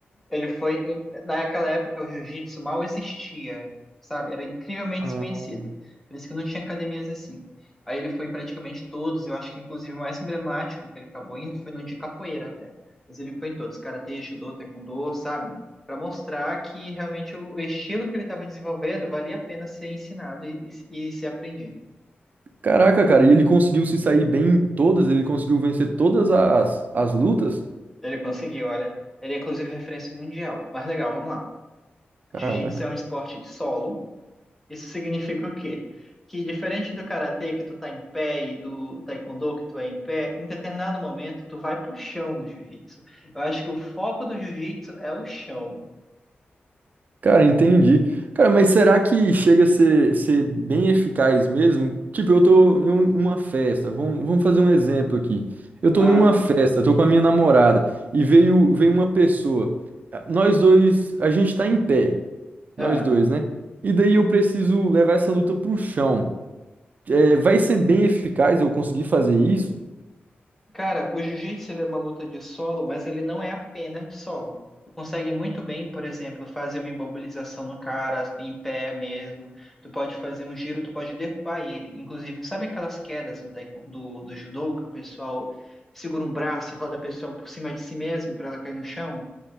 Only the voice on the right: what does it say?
Ah,
Caraca, cara, e ele conseguiu se sair bem em todas? Ele conseguiu vencer todas as, as lutas?
Caraca.
Cara, entendi. Cara, mas será que chega a ser, ser bem eficaz mesmo? Tipo, eu tô em um- uma festa, vamos, vamos fazer um exemplo aqui. Eu tô
em uma festa, tô com a minha namorada, e veio, veio uma pessoa. Ah, Nós dois, a gente tá em pé, nós
dois, né? E daí eu preciso levar essa luta pro chão. É, vai ser bem eficaz eu conseguir fazer isso?